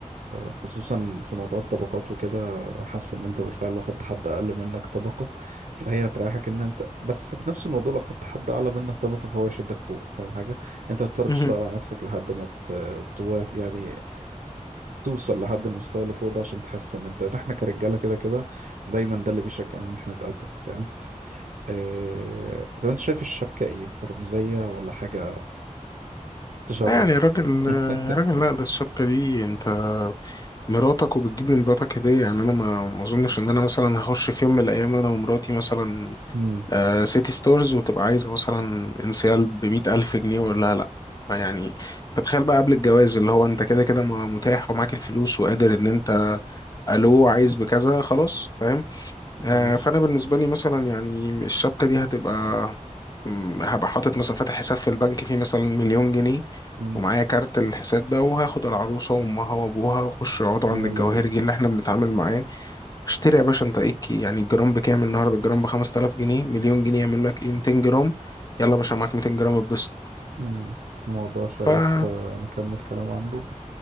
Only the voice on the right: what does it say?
خصوصا في موضوع الطبقات وكده حاسس ان انت بالفعل لو خدت حد اقل منك طبقة فهي هتريحك ان انت بس في نفس الموضوع لو خدت حد اعلى منك طبقة فهو يشدك فوق فاهم حاجة انت هتضطر تشتغل
على نفسك لحد ما ت... توا- يعني توصل لحد المستوى اللي فوق ده عشان تحس ان انت إن احنا كرجاله كده كده دايما ده اللي بيشجعنا ان احنا نتقدم فاهم اه... طب انت شايف الشبكه ايه رمزيه ولا حاجه تشرف
<laughs>
امم
ماشي
امم
ويلا
بينا
امم الموضوع شيق
آه، نكمل كلام عنه